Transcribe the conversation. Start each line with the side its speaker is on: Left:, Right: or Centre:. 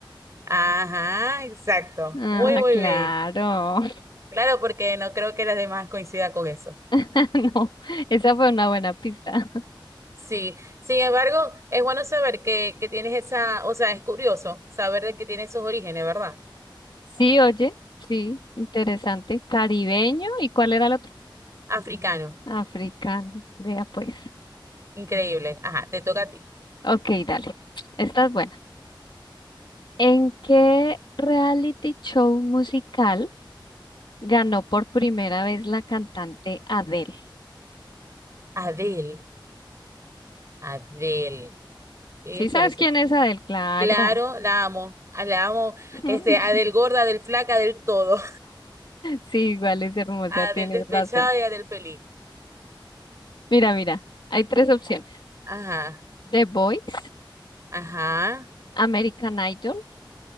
Right: Ajá, exacto.
Left: Ah,
Right: Muy, muy
Left: claro.
Right: bien. Claro, porque no creo que las demás coincidan con eso.
Left: <laughs> No, esa fue una buena pista.
Right: Sí, sin embargo, es bueno saber que, que tienes esa, o sea, es curioso saber de que tienes esos orígenes, ¿verdad?
Left: Sí, oye, sí, interesante. Caribeño, ¿y cuál era el otro?
Right: Africano,
Left: Africano, vea pues.
Right: increíble. Ajá, te toca a ti.
Left: Ok, dale. Esta es buena. ¿En qué reality show musical ganó por primera vez la cantante Adele?
Right: Adele, Adele. Értale,
Left: Sí, sabes
Right: ese-
Left: quién es Adele, claro.
Right: Claro, la amo, la amo,
Left: <laughs>
Right: este, Adele gorda, Adele flaca, del todo.
Left: Sí, igual es hermosa,
Right: A
Left: tienes
Right: del despechado
Left: razón.
Right: y a del feliz.
Left: Mira, mira, hay tres opciones.
Right: Ajá,
Left: The Voice,
Right: ajá,
Left: American Idol